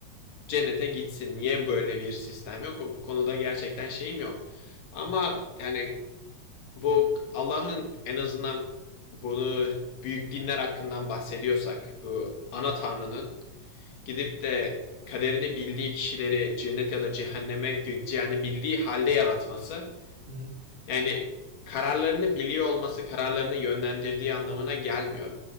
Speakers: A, on the left; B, on the right.
A: cennete gitsin. Niye böyle bir sistem yok? Bu konuda gerçekten şeyim yok. Ama
B: hı hı,
A: yani bu Allah'ın en azından bunu büyük dinler hakkından bahsediyorsak bu ana tanrının gidip de kaderini bildiği kişileri cennet ya da cehenneme gideceğini bildiği halde yaratması
B: hı hı.
A: yani kararlarını biliyor olması kararlarını yönlendirdiği anlamına gelmiyor.